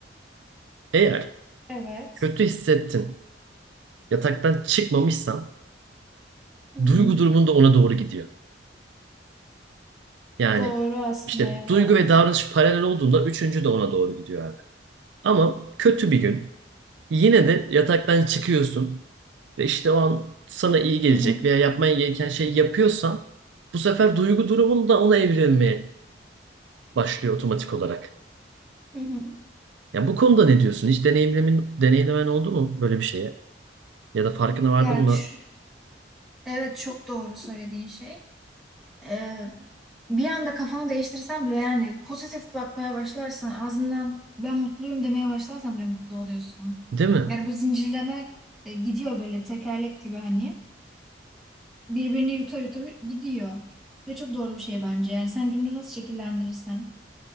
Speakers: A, on the right; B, in the centre.
A: Eğer
B: Evet.
A: kötü hissettin, yataktan çıkmamışsan
B: Hı hı.
A: duygu durumun da ona doğru gidiyor. Yani
B: Doğru aslında
A: işte
B: evet.
A: duygu ve davranış paralel olduğunda üçüncü de ona doğru gidiyor abi. Ama kötü bir gün yine de yataktan çıkıyorsun ve işte o an sana iyi gelecek
B: Hı hı.
A: veya yapman gereken şeyi yapıyorsan bu sefer duygu durumun da ona evrilmeye başlıyor otomatik olarak.
B: Hı hı.
A: Ya bu konuda ne diyorsun? Hiç deneyimlemin deneyimlemen oldu mu böyle bir şeye? Ya da farkına vardın
B: Ya
A: mı?
B: ç- evet çok doğru söylediğin şey. e, bir anda kafanı değiştirsen bile yani pozitif bakmaya başlarsan ağzından ben mutluyum demeye başlarsan bile mutlu oluyorsun.
A: Değil mi?
B: Yani bu zincirleme e, gidiyor böyle tekerlek gibi hani birbirini yuta yuta gidiyor. Ve çok doğru bir şey bence. Yani sen gününü nasıl şekillendirirsen